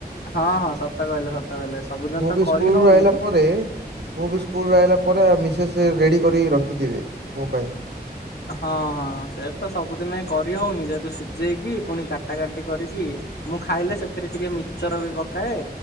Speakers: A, on the left; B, on the right.
A: ହଁ ହଁ ସତ କହିଲେ ସତ କହିଲେ ସବୁଦିନ
B: ମୁଁ
A: ତ
B: ବି
A: କରି
B: ସ୍କୁଲରୁ
A: ହଉନି।
B: ଆଇଲା ପରେ ମୁଁ ବି ସ୍କୁଲ ରହିଲା ପରେ ମିସେସ୍ ରେଡି କରି ରଖିଥିବି ମୋ ପାଇଁ।
A: ହଁ ହଁ ସେ ତ ସବୁଦିନ କରି ହଉନି ଯେହେତୁ ସିଝେଇକି ପୁଣି କାଟା କାଟି କରିକି ମୁଁ ଖାଇଲେ ସେଥିରେ ଟିକେ ମିଚର ବି ପକାଏ